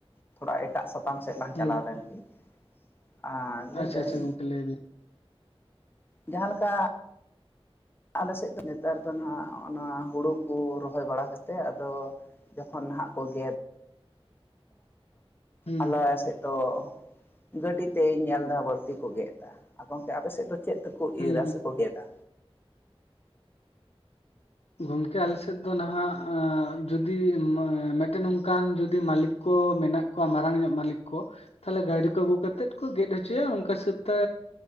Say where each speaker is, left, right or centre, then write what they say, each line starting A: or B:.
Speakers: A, on the left (about 20°); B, on the left (about 80°).
A: ᱛᱷᱚᱲᱟ ᱮᱴᱟᱜ ᱥᱟᱛᱟᱢ ᱥᱮᱫ ᱞᱟᱝ
B: ᱦᱩᱸ
A: ᱪᱟᱞᱟᱣ ᱞᱮᱱ ᱜᱤ ᱾ ᱟᱨ ᱞᱟᱹᱭᱫᱟᱹᱧ
B: ᱟᱪᱪᱷᱟ ᱟᱪᱪᱷᱟ ᱜᱚᱝᱠᱮ ᱞᱟᱹᱭ ᱵᱤᱱ
A: ᱡᱟᱦᱟᱸ ᱞᱮᱠᱟ ᱟᱞᱮ ᱥᱮᱫ ᱫᱚ ᱱᱮᱛᱟᱨ ᱫᱚ ᱦᱟᱜ ᱚᱱᱟ ᱦᱩᱲᱩ ᱠᱚ ᱨᱚᱦᱚᱭ ᱵᱟᱲᱟ ᱠᱟᱛᱮᱫ ᱟᱫᱚ ᱡᱚᱠᱷᱚᱱ ᱱᱟᱦᱟᱜ ᱠᱚ ᱜᱮᱫ ᱾
B: ᱦᱩᱸ
A: ᱟᱞᱮ ᱥᱮᱫ ᱫᱚ ᱜᱟᱹᱰᱤᱛᱮᱧ ᱧᱮᱞ ᱮᱫᱟ ᱵᱟᱹᱲᱛᱤ ᱠᱚ ᱜᱮᱫ ᱮᱫᱟ, ᱟᱫᱚ ᱚᱱᱛᱮ ᱟᱯᱮ ᱥᱮᱫ ᱫᱚ ᱪᱮᱫ ᱛᱮᱠᱚ
B: ᱦᱩᱸ
A: ᱤᱨᱟ
B: ᱦᱩᱸ
A: ᱥᱮ ᱠᱚ ᱜᱮᱫᱟ?
B: ᱜᱚᱝᱠᱮ ᱟᱞᱮᱥᱮᱫ ᱫᱚ ᱱᱟᱦᱟᱜ ᱡᱩᱚᱫᱤ ᱢᱤᱫᱴᱮᱱ ᱚᱝᱠᱟᱱ ᱡᱚᱫᱤ ᱢᱟᱞᱤᱠ ᱠᱚ ᱢᱮᱱᱟᱜ ᱠᱚᱣᱟ ᱢᱟᱨᱟᱝ ᱧᱚᱜ ᱢᱟᱹᱞᱤᱠ ᱠᱚ ᱾ ᱛᱟᱦᱞᱮ ᱜᱟᱹᱰᱤ ᱠᱚ ᱟᱹᱜᱩ ᱠᱟᱛᱮ ᱠᱚ ᱜᱮᱫ ᱦᱚᱪᱚᱭᱟ, ᱚᱱᱠᱟ ᱦᱤᱥᱟᱹᱵ ᱛᱮ